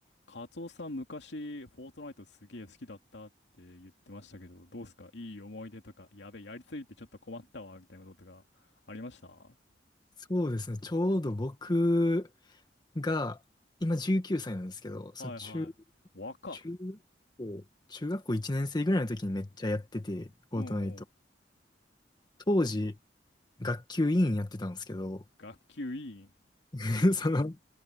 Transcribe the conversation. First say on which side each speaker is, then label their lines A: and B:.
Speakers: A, on the left; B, on the left.
A: カツオさん、昔、フォートナイトすげえ好きだったって言ってましたけど、どうすかいい思い出とか、やべえ、やりすぎてちょっと困ったわ、みたいなことがありましたは
B: そうですね。ちょうど僕が、今19歳なんですけど、その中、
A: いはい。若。
B: 中学校、中学校1年生ぐらいの時にめっちゃやってて、フォートナイト。
A: うんうん。
B: 当時、学級委員やってたんですけど、
A: 学級委員。
B: <laughs>
A: うん。
B: その、フ